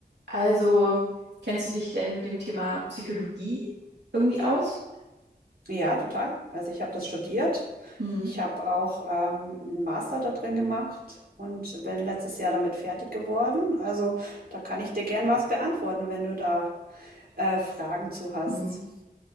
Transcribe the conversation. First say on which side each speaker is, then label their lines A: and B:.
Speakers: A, on the right; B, on the right.
A: Also, kennst du dich denn mit dem Thema Psychologie irgendwie aus?
B: Ja, total. Also ich habe das studiert.
A: Hm.
B: Ich habe auch ähm, einen Master da drin gemacht und bin letztes Jahr damit fertig geworden. Also da kann ich dir gern was beantworten, wenn du da äh, Fragen zu hast.
A: Hm.